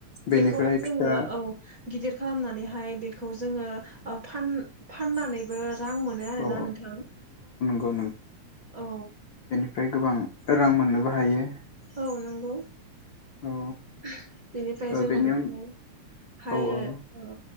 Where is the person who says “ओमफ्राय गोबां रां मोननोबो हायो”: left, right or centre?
Left